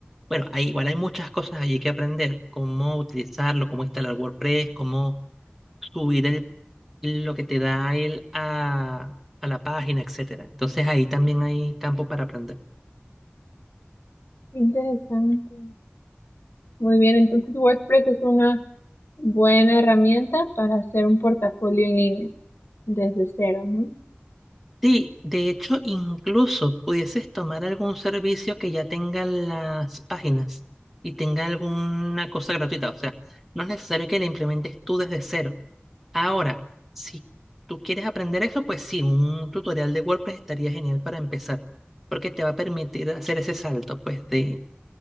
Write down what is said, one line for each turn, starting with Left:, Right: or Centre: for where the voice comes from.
Centre: Bueno, ahí igual hay muchas cosas allí que aprender, cómo utilizarlo, cómo instalar WordPress, cómo subir el, lo que te da él a, a la página, etcétera. Entonces ahí también hay campo para aprender.
Left: Interesante. Muy bien, entonces WordPress es una buena herramienta para hacer un portafolio en línea desde cero, ¿no?
Centre: Sí, de hecho, incluso pudieses tomar algún servicio que ya tenga las páginas y tenga alguna cosa gratuita. O sea, no es necesario que la implementes tú desde cero. Ahora, si tú quieres aprender eso, pues sí, un tutorial de WordPress estaría genial para empezar, porque te va a permitir hacer ese salto, pues, de,